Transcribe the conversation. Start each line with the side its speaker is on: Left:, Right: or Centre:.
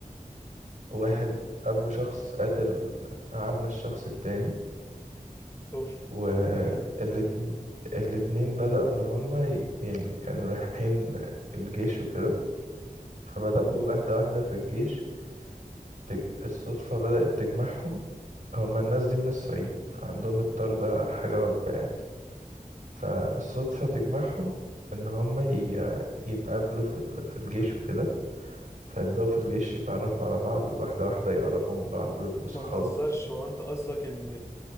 Right: واحد أبو شخص قاتل عم الشخص التاني
Left: اوف
Right: والاتنين
Left: ده جامد
Right: الاتنين بدأوا إن هما ي- يعني كانوا رايحين الجيش وكده فبدأوا
Left: اه
Right: واحدة واحدة في الجيش تج- الصدفة بدأت تجمعهم هما الناس دي من الصعيد فعندهم الطار ده حاجة وجبة يعني فالصدفة تجمعهم إن هما ي- يتقابلوا في ال- في الجيش وكده فيبدأوا في الجيش يتعرفوا على بعض واحدة واحدة يقربوا من بعض ويبقوا صحاب
Left: ما تهزرش هو انت قصدك ان